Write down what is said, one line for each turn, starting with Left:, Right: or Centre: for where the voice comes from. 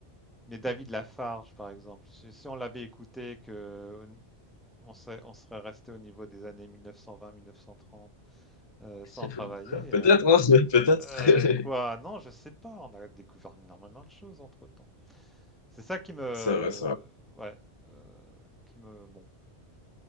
Centre: Mais David Lafarge, par exemple, si si on l'avait écouté, que on serait, on serait resté au niveau des années 1920-1930
Left: <laughs>
Centre: sans travailler,
Left: Peut-être,
Centre: euh,
Left: hein, peut-être.
Centre: Euh,
Left: <laughs>
Centre: quoi? Non, je sais pas. On a découvert énormément de choses entre-temps. C'est ça qui me...
Left: Ça va, ça va.
Centre: Ouais. euh, qui me... Bon.